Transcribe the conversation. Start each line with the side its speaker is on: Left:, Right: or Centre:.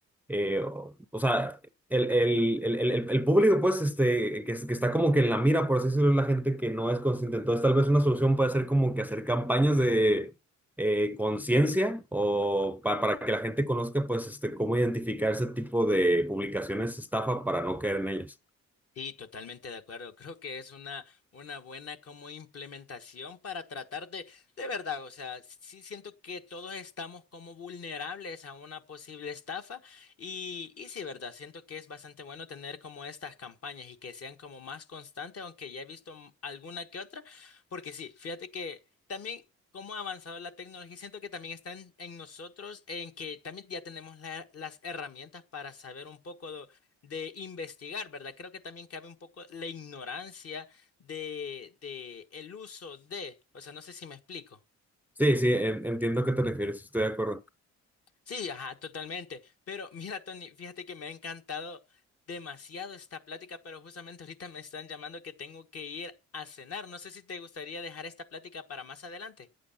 Centre: eh, o, o sea, el, el, el, el, el público, pues, este, que, es- que está como que en la mira, por así decirlo, es la gente que no es consciente. Entonces, tal vez una solución puede ser como que hacer campañas de eh, conciencia o pa- para que la gente conozca, pues, este, cómo identificar ese tipo de publicaciones estafa para no caer en ellas.
Left: Sí, totalmente de acuerdo. Creo que es una, una buena como implementación para tratar de, de verdad, o sea, sí siento que todos estamos como vulnerables a una posible estafa y, y sí, verdad, siento que es bastante bueno tener como estas campañas y que sean como más constantes, aunque ya he visto m- alguna que otra, porque sí, fíjate que también... Cómo ha avanzado la tecnología, siento que también está en, en nosotros, en que también ya tenemos la- las herramientas para saber un poco de investigar, ¿verdad? Creo que también cabe un poco la ignorancia de, de el uso de, o sea, no sé si me explico.
Centre: Sí, sí, en- entiendo a qué te refieres, estoy de acuerdo.
Left: Sí, ajá, totalmente. Pero <laughs> mira, Tony, fíjate que me ha encantado demasiado esta plática, pero justamente ahorita me están llamando que tengo que ir a cenar. No sé si te gustaría dejar esta plática para más adelante.